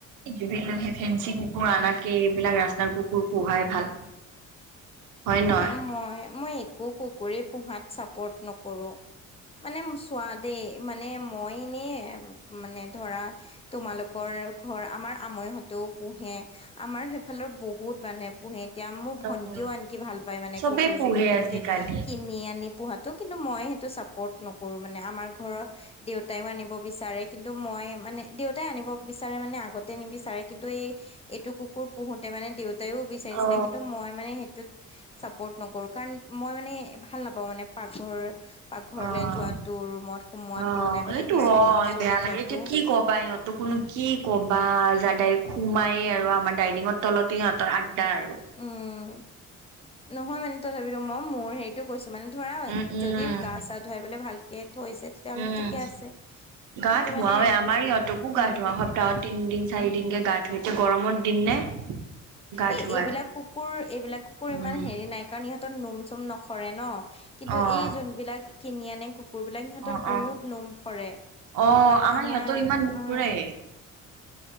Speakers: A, on the right; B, on the left.
A: য সেই ফেঞ্চি কুকুৰ আনাতকে, এইবিলাক ৰাস্তাৰ কুকুৰ পোহাই ভাল। <inaudible> হয় নহয়
B: এ মই, মই একো কুকুৰে পোহাত চাপৰ্ট নকৰো। মানে চোৱা দেই, মানে মই এনে মানে ধৰা তোমালোকৰ ঘৰ আমাৰ আমৈহতো পোহে, আমাৰ সেইফালৰ বহুত মানুহে পোহে এতিয়া মোৰ
A: উম
B: ভন্টিও আন কি ভাল পাই মানে
A: চবেই
B: কুকুৰ
A: পোহে
B: চুকুৰ তেনেকে,
A: আজিকালি
B: কিনি আনি পোহো কিন্তু মই সেইটো চাপৰ্ট নকৰো, মানে আমাৰ ঘৰৰ দেউত দেউতায়ও আনিব বিচাৰে, কিন্তু মই মানে, দেউতাই আনিব বিচাৰে মানে আগতে নিবিচাৰে কিন্তু এই এইটো কুকুৰ পোহোতে মানে দেউতাইও বিচাৰিছিলে
A: অ
B: কিন্তু মই মানে সেই চাপৰ্ট নকৰো, কাৰণ মই মানে ভাল নাপাওঁ মানে পাকঘৰ পাকঘৰলে
A: অ',
B: যোৱাটো ৰুমত সোমোৱাটো
A: অ'
B: নাইবাতো
A: সেটো
B: বিচনাৰ
A: হয়
B: ওচৰলে
A: বেয়া লাগে
B: যোৱাটো
A: এতিয়া কি কবা ইহঁত ত কোনো কি ক'বা যাদাই সোমাইয়েই আৰু আমাৰ ডাইনিঙৰ তলতে সহঁতৰ আড্ডা আৰু।
B: উম, নহয় মানে তথাপিতো মই মোৰ হেৰি টো কৈছো মানে ধৰা
A: উম, উম,
B: যদি গা চা ধুৱাই পেলাই ভালকে থৈছে তেতিয়াহ'লে
A: উম,
B: ঠিকে আছে
A: গা
B: কিন্তু
A: ধুৱাওৱে
B: মানে
A: আমাৰ ইহঁতকো
B: উম
A: গা ধুৱাও সপ্তাহত তিন দিন চাৰি দিনকে গা ধুইতে গৰমৰ দিন নে। গা
B: এই
A: ধুৱাই
B: এইবিলাক কুকুৰ এইবিলাক কুকুৰ
A: উম,
B: ইমান হেৰি নাই। কাৰণ ইহঁতৰ নোম চোম নসৰে ন, কিন্তু
A: অ',
B: এই যোনবিলাক কিনি আনে কুকুৰবিলাক সিহঁতৰ
A: অ',
B: বহুত
A: অ',
B: নোম সৰে,
A: অ'
B: আৰু আমাৰ
A: ইহঁতৰ ইমান নুফুৰে
B: আ